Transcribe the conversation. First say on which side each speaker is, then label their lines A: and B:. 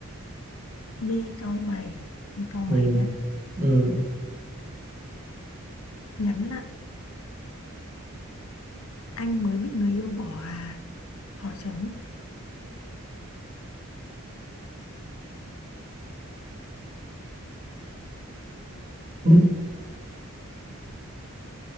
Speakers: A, on the left; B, on the right.
A: mi cau mày, mi cau mày
B: Ừ.
A: nhá.
B: Ừ.
A: Nhắn lại anh mới bị người yêu bỏ à hỏi chấm
B: <laughs>